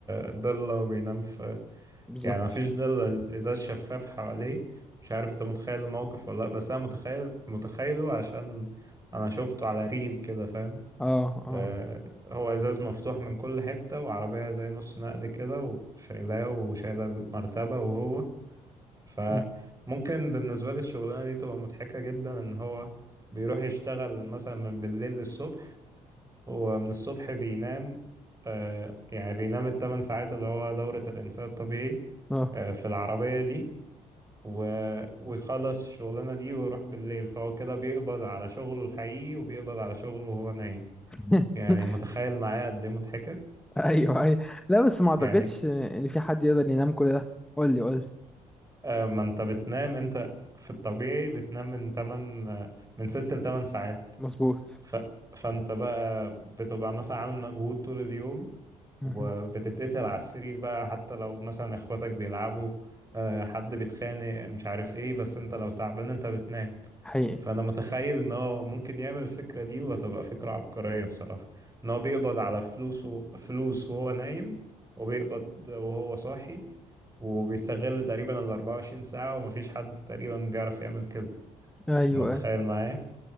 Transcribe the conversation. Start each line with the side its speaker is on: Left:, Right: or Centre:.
Right: الضلة وبينام في
Centre: بالظبط
Right: يعني مفيش ضلة الإزاز شفاف حواليه مش عارف انت متخيل الموقف ولا لأ بس أنا متخيل متخيله عشان أنا شفته على ريل كده فاهم
Centre: اه اه
Right: آه، هو ازاز مفتوح من كل حتة وعربية زي نص نقل كده وشايلاه وشايلة المرتبة وهو فممكن
Centre: م،
Right: بالنسبة لي الشغلانة دي تبقى مضحكة جدا ان هو بيروح يشتغل مثلا من بالليل للصبح ومن الصبح بينام آه، يعني بينام الثمان ساعات اللي هو دورة الإنسان الطبيعي
Centre: اه
Right: آه، في العربية دي و- ويخلص الشغلانة دي ويروح بالليل فهو كده بيقبض على شغله الحقيقي وبيقبض على شغله وهو نايم
Centre: <laughs>
Right: يعني متخيل معايا قد ايه مضحكة
Centre: ايوه ايوه لا بس ما اعتقدش
Right: يعني
Centre: ان في حد يقدر ينام كل ده قول لي قول لي
Right: آه، ما انت بتنام انت في الطبيعي بتنام من 8 آه، من 6 ل 8 ساعات
Centre: مظبوط
Right: ف... فانت بقى بتبقى مثلا عامل مجهود طول اليوم
Centre: مهم.
Right: وبتتقتل على السرير بقى حتى لو مثلا اخواتك بيلعبوا آه، حد بيتخانق مش عارف ايه بس انت لو تعبان انت بتنام
Centre: حقيقي
Right: فانا متخيل ان هو ممكن يعمل الفكره دي وهتبقى فكره عبقريه بصراحه ان هو بيقبض على فلوسه فلوس وهو نايم وبيقبض وهو صاحي وبيستغل تقريبا ال 24 ساعه ومفيش حد تقريبا بيعرف يعمل كده
Centre: ايوه
Right: متخيل معايا